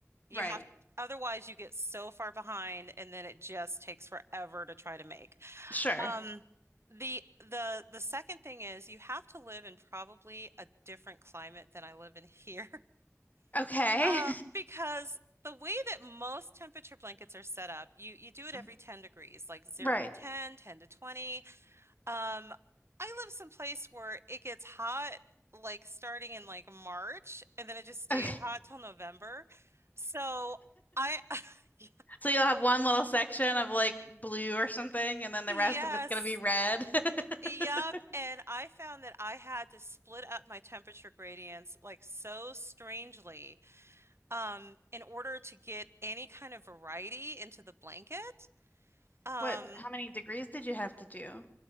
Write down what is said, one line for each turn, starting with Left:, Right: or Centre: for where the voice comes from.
Right: You
Left: Right.
Right: have otherwise you get so far behind and then it just takes forever to try to make.
Left: Sure.
Right: Um the the the second thing is you have to live in probably a different climate than I live in <laughs> here.
Left: Okay.
Right: Uh, because the way that most temperature blankets are set up, you you do it
Left: <laughs>
Right: every 10 degrees, like 0
Left: Right.
Right: to 10, 10 to 20. Um, I live someplace where it gets hot like starting in like March and then it just stays
Left: Okay.
Right: hot till November. So I <laughs>
Left: So you'll have one little section of like blue or something, and then the
Right: Yes.
Left: rest of it's gonna be red. <laughs>
Right: Yep. And I found that I had to split up my temperature gradients like so strangely um, in order to get any kind of variety into the blanket. Um,
Left: What, how many degrees did you have to do?